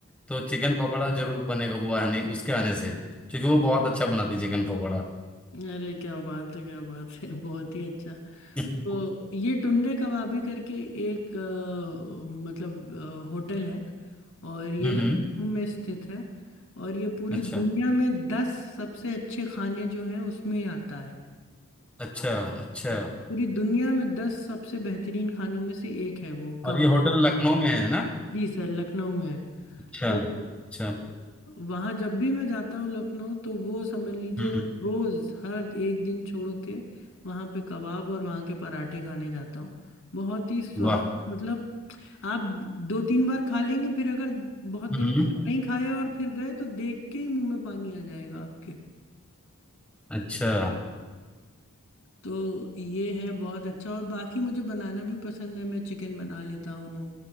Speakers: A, in the centre; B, on the left.
A: तो चिकन पकौड़ा जरूर बनेगा वो आने उसके आने से क्योंकि वो बहुत अच्छा बनाती है चिकन पकौड़ा <laughs>
B: अरे क्या बात है क्या बात है <laughs> बहुत ही अच्छा
A: हम्म
B: तो ये टुंडे कबाबी करके एक अ, मतलब अ, होटल है और ये
A: हम्म
B: हम्म। लखनऊ में स्थित है और ये पूरी
A: अच्छा
B: दुनिया में दस सबसे अच्छे खाने जो हैं उसमें ही आता है
A: अच्छा अच्छा
B: अ, पूरी दुनिया में दस सबसे बेहतरीन खानों में से एक है वो कबाब
A: और ये होटल लखनऊ में है ना
B: जी सर लखनऊ में है
A: अच्छा
B: तो
A: अच्छा
B: वहां जब भी मैं जाता हूँ लखनऊ तो वो समझ लीजिए
A: हम्म
B: रोज हर एक दिन छोड़ के वहां पे कबाब और वहां के पराठे खाने जाता हूँ बहुत ही स्वाद
A: वाह
B: मतलब आप दो तीन बार खा लेंगे फिर अगर बहुत दिनों
A: हम्म
B: तक नहीं खाए और फिर गए तो देख के ही मुंह में पानी आ जाएगा आपके
A: अच्छा
B: तो ये है बहुत अच्छा और बाकी मुझे बनाना भी पसंद है मैं चिकन बना लेता हूँ